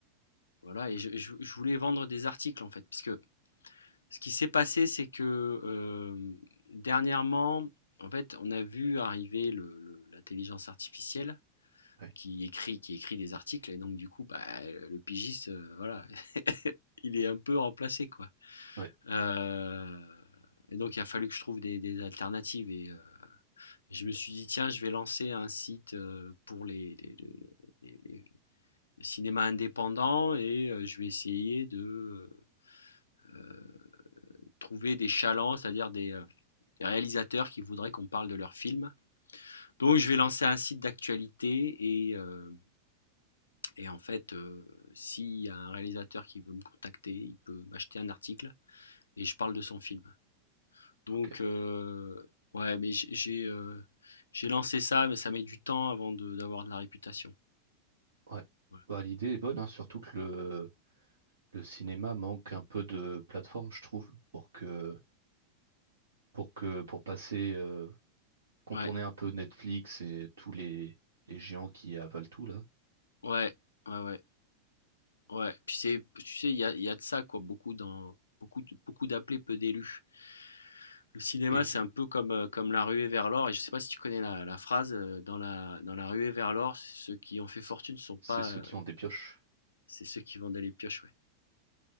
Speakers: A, on the left; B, on the right.
A: voilà et je je je voulais vendre des articles, en fait. Parce que ce qui s'est passé, c'est que, hem, dernièrement, en fait, on a vu arriver le le l'intelligence artificielle
B: ouais,
A: qui écrit qui écrit des articles et donc du coup, bah, le pigiste, heu, voilà, <laughs> il est un peu remplacé, quoi.
B: ouais,
A: Heu et donc il a fallu que je trouve des des alternatives et heu Je me suis dit, tiens, je vais lancer un site euh, pour les, les- les- les- le cinéma indépendant et euh, je vais essayer de euh, trouver des chalands, c'est-à-dire des, euh, des réalisateurs qui voudraient qu'on parle de leurs films. Donc, je vais lancer un site d'actualité et, euh, et en fait, euh, s'il y a un réalisateur qui veut me contacter, il peut m'acheter un article et je parle de son film.
B: ok,
A: Donc, euh, ouais, mais j'ai j'ai, euh, j'ai lancé ça, mais ça met du temps avant de- d'avoir de la réputation.
B: ouais.
A: Voilà.
B: Bah, l'idée est bonne, hein, surtout que le, le cinéma manque un peu de plateforme, je trouve, pour que, pour que, pour passer, euh, contourner
A: Ouais.
B: un peu Netflix et tous les, les géants qui avalent tout, là.
A: Ouais, ouais, ouais, ouais. Puis c'est, tu sais, il y a, il y a de ça, quoi, beaucoup dans, beaucoup de- beaucoup d'appelés, peu d'élus. Le cinéma,
B: Et
A: c'est un peu comme, euh, comme la ruée vers l'or, et je sais pas si tu connais la, la phrase, euh, dans la, dans la ruée vers l'or, ceux qui ont fait
B: c-
A: fortune sont pas,
B: c'est ceux
A: euh,
B: qui ont des pioches.
A: c'est ceux qui vendaient les pioches, ouais.